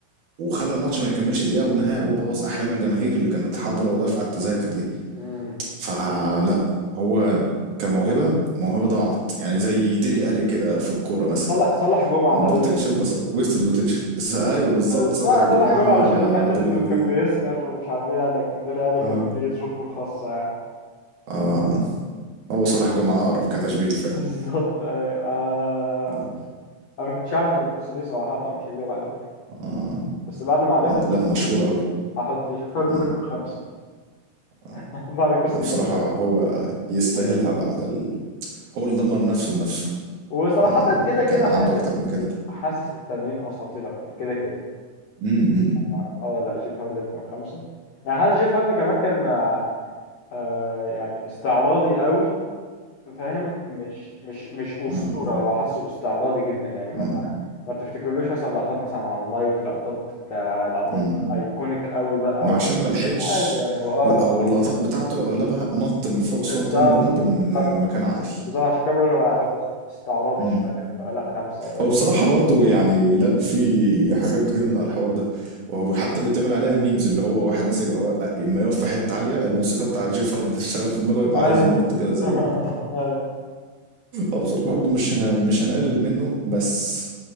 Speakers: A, on the right; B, on the left.
A: وخلى الماتش ما يكملش دقيقه ونهايه وبوظ احلام الجماهير اللي كانت حاضره ودافعه التذاكر دي
B: امم
A: فلا هو كموهبه موهبه ضاعت يعني زي ديلي الي كده في الكوره مثلا
B: صالح صالح جمعة
A: بوتنشال
B: دبليو دبليو
A: بس ويستد بوتنشال ايوه بالظبط
B: اي صالح
A: صلاح
B: صالح
A: جمعه
B: جمعة
A: آه،
B: علشان حتة
A: دبليو
B: انه
A: دبليو
B: كان
A: اي.
B: بيسكر ومش عارف ايه لكن ديلي الي كانت
A: اه
B: ليه ظروفه الخاصة يعني
A: اه
B: <laughs>
A: هو صلاح جمعه اقرب كتشبيه فعلا
B: بالظبط ايوه آه.
A: آه.
B: انا ما كنتش اعرف القصة دي صراحة مش هكدب عليك
A: آه.
B: بس بعد ما عرفت
A: آه.
B: القصة
A: لا مشهور
B: دي
A: قوي
B: هحط شوف هارد
A: آه.
B: رقم خمسة
A: آه.
B: <laughs> بعد القصة
A: ما
B: دي
A: بصراحه
B: بالذات
A: هو يستاهلها
B: آه.
A: بعد ال... هو اللي دمر نفسه بنفسه
B: وصراحة
A: آه.
B: كده كده
A: كان
B: حاسس
A: عنده اكتر من كده
B: حاسس التانيين اساطير اكتر كده كده
A: امم
B: اه آه، لا جيف هاردي رقم خمسة يعني حاسس جيف هاردي كمان كان آه، آه يعني استعراضي قوي فاهم مش مش مش اسطوره
A: آه.
B: هو حاسه استعراضي جدا يعني ما
A: آه.
B: تع- ما تفتكرلوش مثلا لقطات مثلا على المايك لقطات كلقطات
A: مم.
B: ايكونيك قوي بقى
A: ما عشان
B: ومش
A: ما لحقش
B: عادي يعني هو اه
A: لا
B: بالظبط
A: هو اللقطات بتاعته اغلبها نط من فوق
B: بالظبط
A: سونتان بومب من
B: بالظبط
A: مكان عالي
B: بالظبط عشان كده بقول هو يعتبر استعراضي
A: مم.
B: شويه فلا خمسه ايوه
A: هو بصراحة برضو يعني لا في حاجات جامدة على الحوار ده وهو حتى بيتعمل عليها ميمز اللي هو واحد مثلا يبقى وا- اما يقف في حتة عالية الموسيقى بتاعت جيف هارد تشتغل في دماغه يبقى
B: <laughs>
A: عايز ينط كده زيه
B: ايوه
A: هو بصراحة برضو مش ه... مش هنقلل منه بس